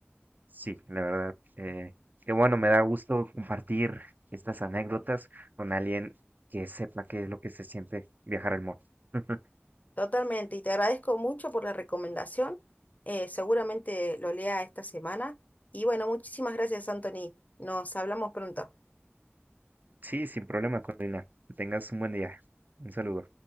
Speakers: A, on the right; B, on the left.
A: sí, la verdad. Eh, que bueno, me da gusto compartir estas anécdotas con alguien que sepa qué es lo que se siente viajar en moto. <laughs>
B: Totalmente, y te agradezco mucho por la recomendación. Eh, seguramente lo lea esta semana. Y bueno, muchísimas gracias, Anthony. Nos hablamos pronto.
A: Sí, sin problema, Corina. Que tengas un buen día. Un saludo.